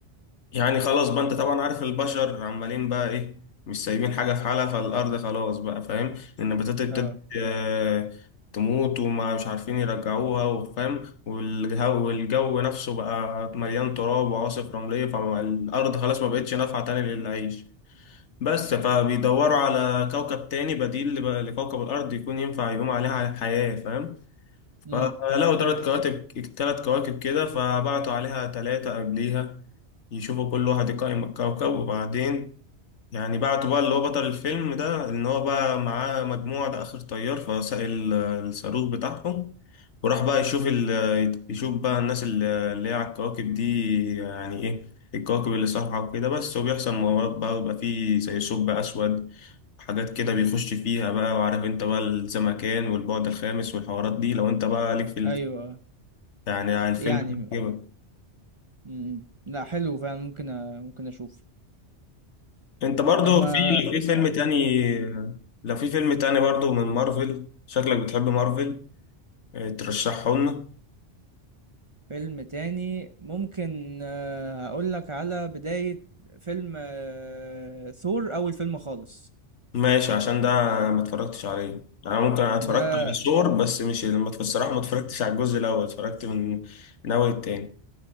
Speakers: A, on the left; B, on the right.
A: يعني خلاص بقى أنت طبعا عارف البشر عمالين بقى إيه مش سايبين حاجة في حالها فالأرض خلاص بقى فاهم النباتات ابتدت
B: اه
A: آه، تموت وما مش عارفين يرجعوها وفاهم والجو, والجو نفسه بقى مليان تراب وعواصف رملية فالأرض خلاص ما بقتش نافعة تاني للعيش بس فبيدوروا على كوكب تاني بديل لب- لكوكب الأرض يكون ينفع يقوم عليها حياة فاهم
B: امم
A: فلقوا تلات كواكب تلات كواكب كده فبعتوا عليها تلاتة قبليها يشوفوا كل واحد يقيم الكوكب وبعدين يعني بعتوا بقى اللي هو بطل الفيلم ده إن هو بقى معاه مجموعة ده آخر طيار فساق ال- الصاروخ بتاعهم وراح بقى يشوف ال يشوف بقى الناس اللي اللي هي على الكواكب دي يعني إيه الكواكب اللي صالحة وكده بس وبيحصل مغامرات بقى ويبقى فيه زي ثقب أسود حاجات كده بيخش فيها بقى وعارف انت بقى الزمكان والبعد الخامس والحوارات دي لو انت بقى ليك في
B: ايوه آه.
A: يعني عن الفيلم
B: يعني
A: عجبك
B: امم لا حلو فعلا ممكن أ... ممكن اشوف
A: انت برضو
B: طب ما
A: في لو في فيلم
B: آه،
A: تاني لو في فيلم تاني برضو من مارفل شكلك بتحب مارفل اه، ترشحه لنا
B: فيلم تاني ممكن آه، اقول لك على بداية فيلم آه، ثور اول فيلم خالص
A: ماشي عشان ده ما اتفرجتش عليه انا ممكن انا اتفرجت
B: ده
A: على ثور بس مش ما الصراحه ما اتفرجتش على الجزء الاول اتفرجت من من اول التاني